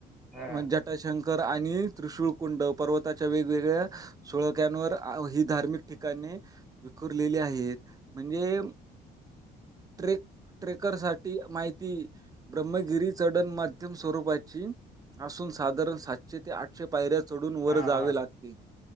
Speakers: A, in the centre; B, on the right.
A: हा
B: म् ज्या टाशंकर आणि त्रिशूळ कुंड पर्वताच्या वेगवेगळ्या सुळक्यांवर आ ही धार्मिक ठिकाणे विखुरलेली आहेत. म्हणजे ट्रेक ट्रेकर साठी माहिती ब्रह्मगिरी चढण माध्यम स्वरूपाची असून साधारण सा शे ते आठशे पायऱ्या चढून वर
A: हा
B: जावे
A: हा
B: लागते,